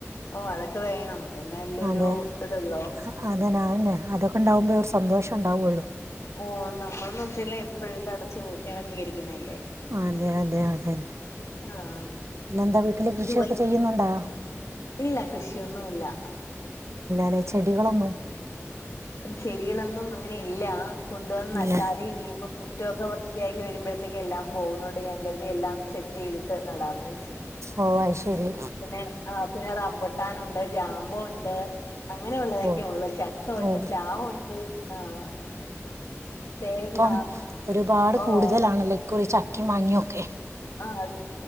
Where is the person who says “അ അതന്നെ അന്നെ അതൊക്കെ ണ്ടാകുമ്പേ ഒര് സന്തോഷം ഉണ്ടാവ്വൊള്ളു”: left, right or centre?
Right